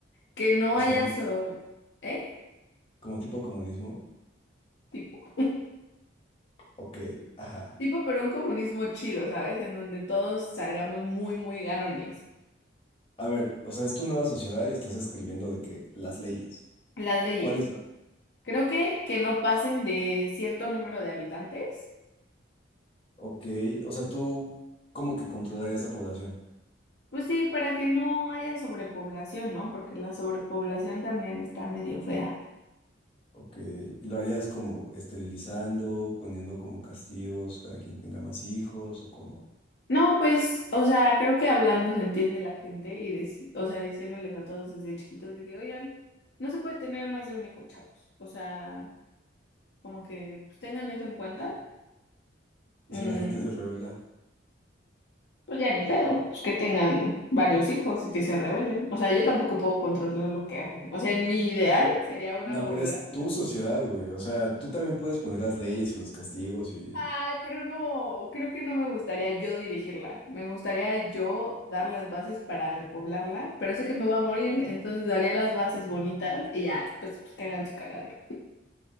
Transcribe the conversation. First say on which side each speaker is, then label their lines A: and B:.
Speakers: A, on the left (about 60°); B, on the left (about 30°).
A: que no
B: O
A: haya
B: sea, como,
A: so, ¿eh?
B: como tipo comunismo.
A: Tipo,
B: Ok, ajá.
A: tipo, pero un comunismo chido, ¿sabes? En donde todos salgamos muy, muy ganones.
B: A ver, o sea, es tu nueva sociedad y estás escribiendo de que las leyes.
A: Las leyes.
B: ¿Cuáles son?
A: Creo que que no pasen de cierto número de habitantes.
B: Ok, o sea, tú como que controlarías la población.
A: Pues sí, para que no haya sobrepoblación, ¿no? Porque la sobrepoblación también está medio fea.
B: Ok, y lo harías como esterilizando, poniendo como castigos a quien tenga más hijos o como...
A: No, pues, o sea, creo que hablando se entiende la gente y, deci- o sea, diciéndoles a todos desde chiquitos de que, oigan, no se puede tener más de un hijo, chavos. O sea, como que pues, tengan eso en cuenta.
B: ¿Y
A: Mm,
B: si la gente se revela?
A: pues ya ni pedo, pues que tengan varios hijos y que se rebelen. O sea, yo tampoco puedo controlar lo que hacen. O sea, en mi ideal sería una
B: No,
A: población.
B: pero es tu sociedad, güey. O sea, tú también puedes poner las leyes y los castigos y...
A: Ay, pero no, creo que no me gustaría yo dirigirla. Me gustaría yo dar las bases para repoblarla, pero sé que me voy a morir, entonces daría las bases bonitas y ya, después pues, que hagan su cagadero.